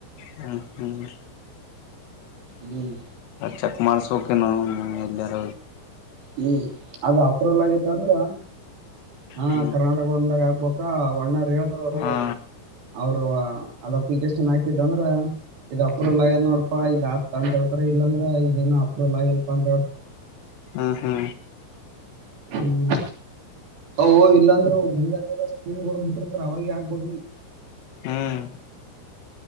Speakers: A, on the left (about 80°); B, on the right (about 60°).
A: ಹ್ಮ ಹ್ಮ್
B: ಹ್ಮ್
A: ಚಕ್ಮಾರಿಸುಕ ನ ಎಲ್ಲರ
B: ಹ್ಮ್ ಅದು ಅಪ್ರೋವಲ್ ಆಗೇತ್ತ ಅಂದ್ರ ಹಾ
A: ಹ್ಮ್
B: ಕರ್ನಾಟಕ ಒಂದಾಗ ಹಾಕ್ಬೇಕ ಬಣ್ಣಾರ ಹೇಳೇಳ್ತಾರ ಅವ್ರಿ
A: ಹಾ
B: ಅವರು ಅದ ಅಪ್ಲಿಕೇಶನ್ ಅಂದ್ರ ಇದು ಅಪ್ರೂವಲ್ ಆಗ್ಯದ ನೋಡಪಾ ಇದ್ ಆತ್ ಅಂತ ಹೇಳ್ತಾರ ಇಲ್ಲಾಂದ್ರ ಇದೇಏನು ಅಪ್ರೂವಲ್ ಆಗಲ್ಪ <inaudible>
A: ಹಾ ಹಾ
B: ಹ್ಮ್ ಅ ಇಲ್ಲಾಂದ್ರೆ <unintelligible> ಂದ್ರ ಅವಾಗ ಆಗ್ಬೋದು
A: ಹ್ಮ್